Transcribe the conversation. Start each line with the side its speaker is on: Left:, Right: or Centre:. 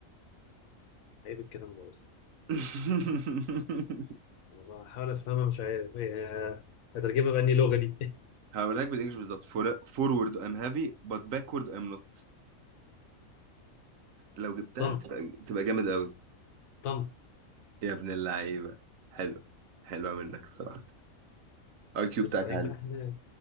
Left: عيب الكلام ده بس
Right: <laughs>
Left: بحاول افهمها مش عارف هي- هترجمها بأني لغه دي <laughs>
Right: هقول لك بالانجلش بالظبط For- forward I'm heavy but backward I'm not لو جبتها
Left: طن
Right: تبقى تبقى جامد قوي
Left: طن
Right: يا ابن اللعيبة حلو حلوة منك الصراحة اي كيو
Left: يا
Right: بتاعك
Left: اسطى عيب
Right: عالي
Left: بقى احنا